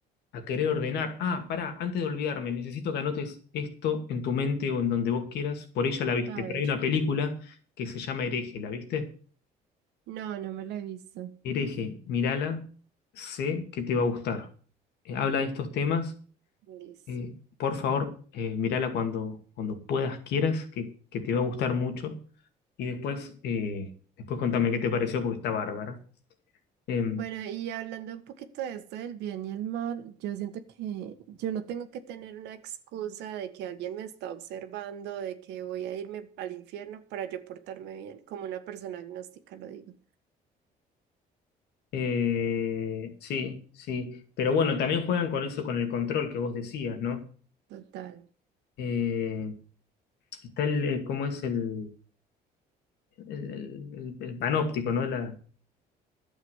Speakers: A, on the left (about 80°); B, on the right (about 85°).
A: a querer ordenar. Ah, pará, antes de olvidarme, necesito que anotes esto en tu mente o en donde vos quieras. Por ella la viste,
B: A ver.
A: pero hay una película que se llama Hereje, ¿la viste?
B: No, no me la he visto.
A: hereje, mírala, sé que te va a gustar. Eh, habla de estos temas,
B: Listo.
A: eh, por favor, eh, mírala cuando, cuando puedas, quieras, que, que te va a gustar mucho. Y después, eh, después contame qué te pareció porque está bárbara. Eh,
B: Bueno, y hablando un poquito de esto del bien y el mal, yo siento que yo no tengo que tener una excusa de que alguien me está observando, de que voy a irme al infierno para yo portarme bien, como una persona agnóstica lo digo.
A: eh, sí, sí. Pero bueno, también juegan con eso, con el control que vos decías, ¿no?
B: Total,
A: Eh, está el, eh, ¿cómo es el, el, el- el- el panóptico, ¿no? La,